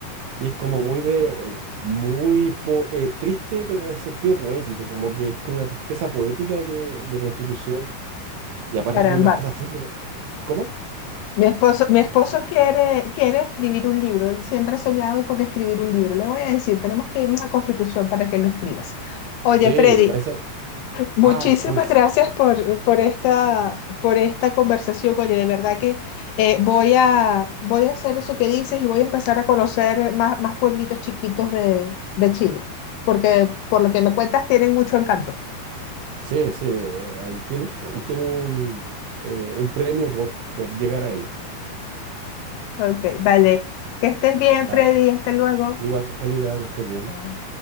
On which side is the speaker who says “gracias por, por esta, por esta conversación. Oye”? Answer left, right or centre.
Left